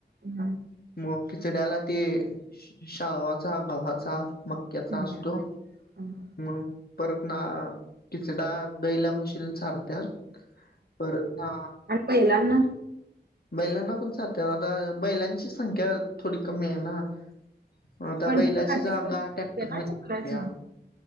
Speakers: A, on the right; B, on the left.
A: हम्
B: मग खिचड्याला ते शाळावाचा, गव्हाचा म क्याचा
A: हा.
B: असतो.
A: हा हा
B: मग परत ना किचडा गाईला, म्हशीला चारत्यात परत ना
A: आणि बैलांना
B: बैलांना पण चारत्यात आता बैलांची संख्या थोडी कमी आहे ना, आता
A: पण
B: बैलाची
A: ती कृती
B: जागा
A: असते
B: टॅक्टरनं
A: ना
B: घितल्या.
A: चिखलाची.